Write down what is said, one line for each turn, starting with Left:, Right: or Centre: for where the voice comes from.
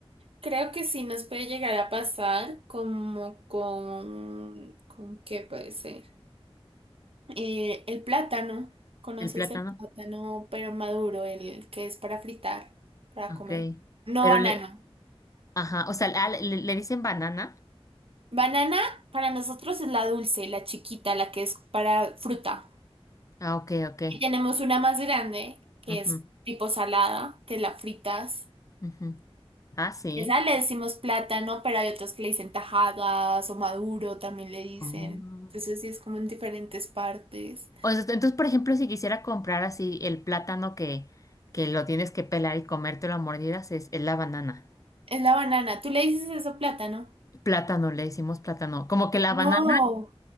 Right: creo que sí nos puede llegar a pasar como con... ¿Con qué puede ser? Eh, el plátano. ¿Conoces
Left: El plátano,
Right: el plátano, pero maduro, el que es para fritar, para
Left: ok.
Right: comer? No
Left: Pero
Right: banano.
Left: le, ajá, o sea, ah, le, le- le dicen banana.
Right: Banana para nosotros es la dulce, la chiquita, la que es para fruta.
Left: Ah, ok, ok.
Right: Y tenemos una más grande, que
Left: Ujú,
Right: es tipo salada, que la fritas.
Left: ujú. Ah, sí.
Right: Esa le decimos plátano, pero hay otros que le dicen tajadas o maduro, también le dicen.
Left: Oh.
Right: Entonces sí es como en diferentes partes.
Left: O sea, entonces, por ejemplo, si quisiera comprar así el plátano que, que lo tienes que pelar y comértelo a mordidas, es, es la banana.
Right: Es la banana. ¿Tú le dices eso plátano?
Left: Plátano, le decimos plátano. Como que la
Right: No.
Left: banana,